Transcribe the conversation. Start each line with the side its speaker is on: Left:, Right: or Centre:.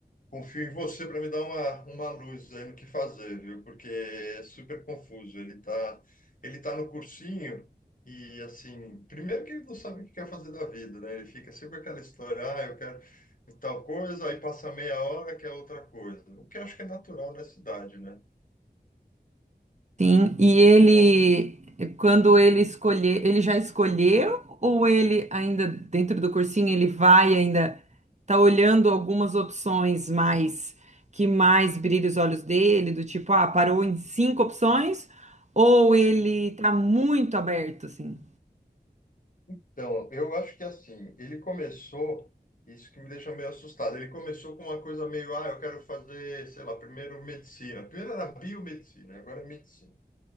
Left: Confio em você para me dar uma, uma luz aí no que fazer, viu? Porque é super confuso. Ele tá, ele tá no cursinho e, assim, primeiro que ele não sabe o que quer fazer da vida, né? Ele fica sempre aquela história, ah, eu quero tal coisa, aí passa meia hora que é outra coisa. O que eu acho que é natural nessa idade, né?
Right: Sim, e
Left: E,
Right: ele,
Left: é,
Right: quando ele escolher, ele já escolheu ou ele ainda dentro do cursinho ele vai ainda tá olhando algumas opções mais que mais brilha os olhos dele, do tipo, ah, parou em cinco opções ou ele tá muito aberto assim?
Left: então, eu acho que assim, ele começou, isso que me deixa meio assustado, ele começou com uma coisa meio, ah, eu quero fazer, sei lá, primeiro medicina. Primeiro era biomedicina, agora é medicina.